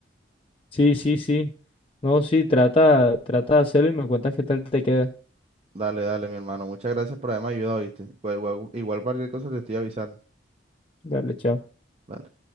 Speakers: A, on the left (about 30°); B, on the right (about 35°).
A: Sí, sí, sí. No, sí, trata, trata de hacerlo y me cuentas qué tal te queda.
B: Dale, dale, mi hermano. Muchas gracias por haberme ayudado, ¿viste? Igual, igual cualquier cosa te estoy avisando.
A: Dale, chao.
B: Dale.